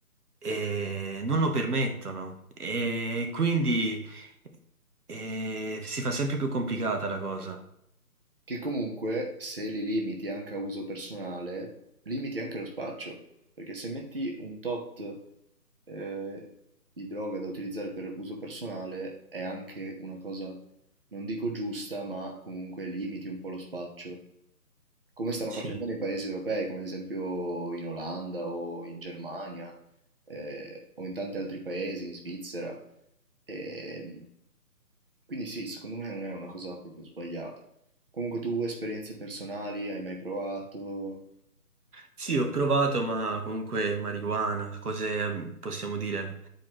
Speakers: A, on the right (about 70°); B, on the right (about 35°).
A: eh, non lo permettono. E quindi eh, si fa sempre più complicata la cosa.
B: che comunque se li limiti anche a uso personale, limiti anche lo spaccio, perché se metti un tot eh, di droga da utilizzare per uso personale è anche una cosa, non dico giusta, ma comunque limiti un po' lo spaccio. Come stanno
A: Sì.
B: facendo nei paesi europei, come ad esempio in Olanda o in Germania eh, o in tanti altri paesi, in Svizzera. E, quindi sì, secondo me non è una cosa proprio sbagliata. Comunque tu esperienze personali hai mai provato?
A: Sì, ho provato, ma comunque marijuana, cose mm, possiamo dire